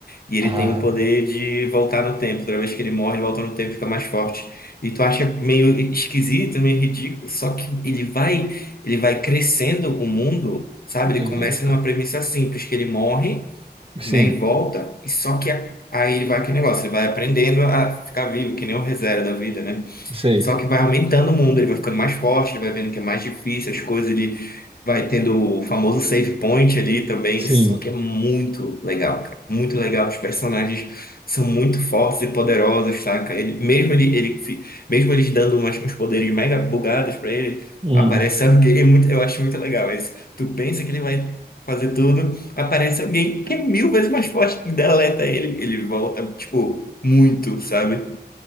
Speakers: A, on the left; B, on the right.
A: E ele
B: Ah,
A: tem o poder de voltar no tempo. Toda vez que ele morre, ele volta no tempo e fica mais forte. E tu acha meio esquisito, meio ridículo, só que ele vai, ele vai crescendo o mundo, sabe?
B: eita.
A: Ele começa numa premissa simples, que ele morre,
B: Sim,
A: né, e volta, e só que a- aí ele vai aquele negócio, ele vai aprendendo a ficar vivo, que nem o reserva da vida, né?
B: sei.
A: Só que vai aumentando o mundo, ele vai ficando mais forte, ele vai vendo que é mais difícil, as coisas, ele vai tendo o famoso save point ali também.
B: Sim.
A: Só que é muito legal, cara. Muito legal. Os personagens são muito fortes e poderosos, saca? Ele, mesmo ele, ele, fi- mesmo eles dando umas, uns poderes mega bugados pra ele,
B: Hum.
A: aparece alguém. é muito, eu acho muito legal isso. Tu pensa que ele vai. Fazer tudo, aparece alguém que é mil vezes mais forte e deleta ele. Ele volta, tipo, muito, sabe?